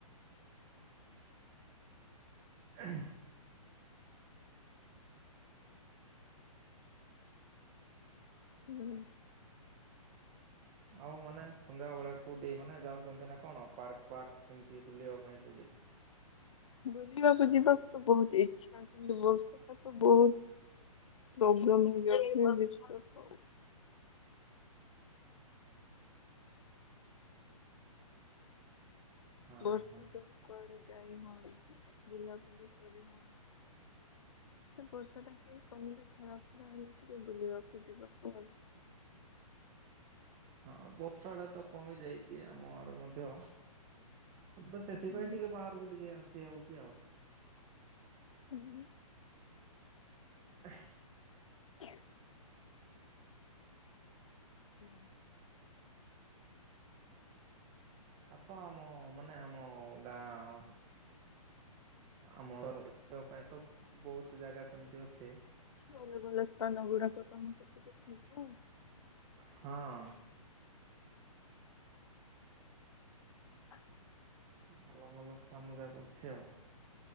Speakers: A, on the right; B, on the left.
A: ହଁ <unintelligible>
B: ହୁଁ।
A: ଆଉ ମାନେ ସନ୍ଧ୍ୟାବେଳିଆ କଉଠି ମାନେ ଯାଉଛନ୍ତି ନା କଣ? ପାର୍କ ପାର୍କ ସେମିତି ବୁଲିବା ପାଇଁ କୋଉଠି?
B: ବୁଲିବାକୁ ଯିବାକୁ ତ ବହୁତ ଇଛା। କିନ୍ତୁ ବସିବାଟ ତ ବହୁତ। ପ୍ରୋବ୍ଲେମ ହେଇଯାଉଛି ନା ଡିଷ୍ଟବ ଆଉ।
A: ହଁ
B: ବର୍ଷା
A: ହଁ
B: ଯୋଗୁ କୁଆଡେ ଯାଇ ହୋଉନି। ବୁଲା ବୁଲି କରି ହୋଉନି। ସେ ପଇସା ଟା କିି କହିଲେ ଖରା ଫରା ହେଲେ, ଟିକେ ବୁଲିବାକୁ ଯିବା କୁ
A: ହଁ ବର୍ଷା ଟା ତ କମି ଯାଇଛି ଆମ ଆଡେ ମଧ୍ୟ। ବ ସେ ସେଥିପାଇଁ
B: ହୁଁ,
A: ଟିକେ ବାହାରକୁ ଟିକେ ଆସିଯାଉଛି ଆଉ।
B: ହୁଁ।
A: ହ
B: ହ ହୁଁ।
A: ଆସ ଆମ ମାନେ ଆମ ଗାଁ। ଆମର ବୁଲିବା ପାଇଁ ତ ବହୁତ ଜାଗା ସେମିତି ଅଛି।
B: ଭଲ ଭଲ ସ୍ଥାନ ଗୁଡାକ ତମ ସେପଟେ ଥିବ।
A: ହଁ।
B: ହଁ
A: ଭଲ ଭଲ ସ୍ଥାନ ଯାକ ଅଛି ଆଉ।